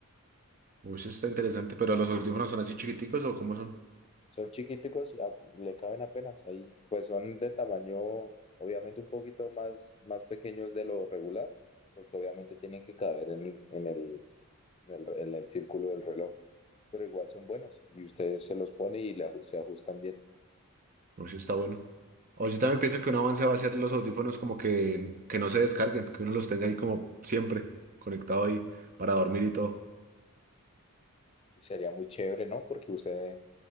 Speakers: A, on the right; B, on the left.
A: Uy, eso está interesante. ¿Pero los audífonos son así chiquiticos o cómo son?
B: Son chiquiticos y a- le caben apenas ahí. Pues son de tamaño, obviamente un poquito más, más pequeños de lo regular, porque obviamente tienen que caber en, el, en el, en el re- en el círculo del reloj. Pero igual son buenos y usted se los pone y le aju- se ajustan bien.
A: Uy, eso está bueno. O yo también pienso que un avance va a ser los audífonos como que, que no se descarguen, que uno los tenga ahí como siempre, conectado ahí para dormir y todo.
B: Uy, Sería muy chévere, ¿no? Porque usted